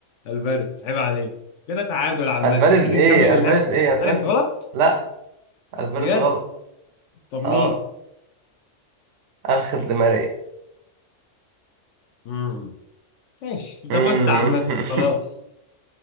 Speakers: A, on the left (about 75°); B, on the right (about 75°).
A: ألفاريز عيب عليك كده تعادل عامة
B: الفاريز
A: تيجي
B: ايه
A: نكمل اللعب
B: الفاريز ايه
A: ألفاريز
B: انا سمعت
A: غلط
B: لا الفاريز
A: بجد
B: غلط
A: طب مين
B: اه انخيل دي ماريا
A: امم ماشي انت
B: مم.
A: فزت عامة خلاص